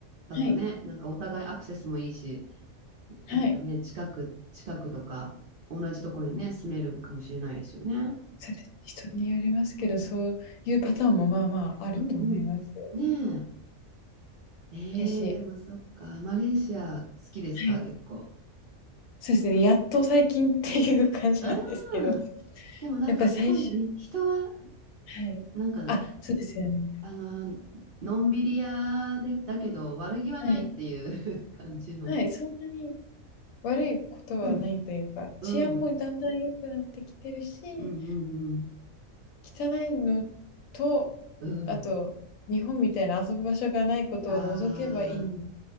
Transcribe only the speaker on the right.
だとね、
なんかお互いアクセスもいいし、
なんかね、近く、近くとか同じとこにね、住めるかもしれないですよね。
うんうんねえ。ええでもそっか。
マレーシア好きですか結構。
ああ、でもなんかすごいね、
人は、
なんか、
あの、のんびり屋で、だけど悪気はないっていう
<laughs> 感じの。
うん、うん、
うん、うん、うん。
うん
ああ、